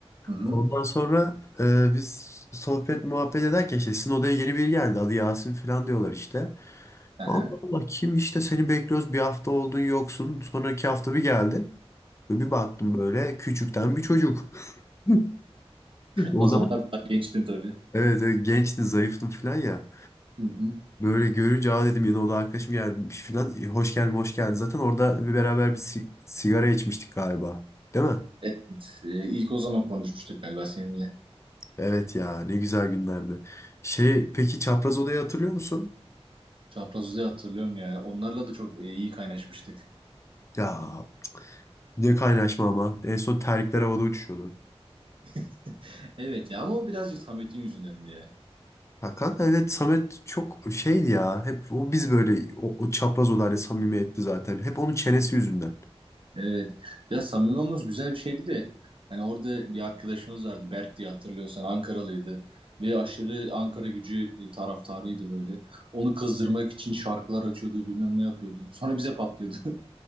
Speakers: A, on the right; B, on the left.
A: <laughs> Hı hı.
B: Ondan sonra eee, biz sohbet muhabbet ederken işte sizin odaya yeni biri geldi adı Yasin falan diyorlar işte.
A: Aha.
B: Allah Allah kim işte seni bekliyoruz bir hafta oldun yoksun sonraki hafta bir geldi. Ve bir baktım böyle küçükten bir çocuk. <laughs> O
A: O zamanlar
B: zaman
A: daha gençtim tabii.
B: evet, evet gençtim zayıftım falan ya.
A: Hı hı.
B: Böyle görünce aa dedim yine o da arkadaşım gelmiş falan. E, Hoş geldin hoş geldin. Zaten orada bir beraber bir si- sigara içmiştik galiba. Değil mi?
A: Evet. e, ilk o zaman konuşmuştuk galiba seninle.
B: Evet ya ne güzel günlerdi. Şey peki çapraz odayı hatırlıyor musun?
A: Çapraz Uzay'ı hatırlıyorum ya. Onlarla da çok e, iyi kaynaşmıştık.
B: Ya ne kaynaşma ama. En son terlikler havada uçuşuyordu.
A: <laughs> Evet ya ama o birazcık Samet'in yüzünden diye.
B: Hakan evet Samet çok şeydi ya. Hep o biz böyle o, o çapraz odayla samimiyetli zaten. Hep onun çenesi yüzünden.
A: Evet. Ya Samimi Mamos güzel bir şeydi de hani orada bir arkadaşımız vardı Berk diye hatırlıyorsan Ankaralıydı ve aşırı Ankara Gücü e, taraftarıydı böyle. Onu kızdırmak için şarkılar açıyordu, bilmem ne yapıyordu. Sonra bize patlıyordu.